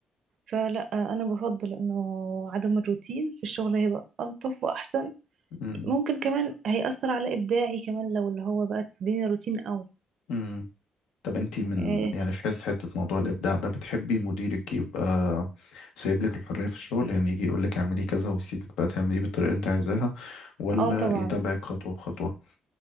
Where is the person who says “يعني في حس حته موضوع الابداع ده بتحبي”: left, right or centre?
Left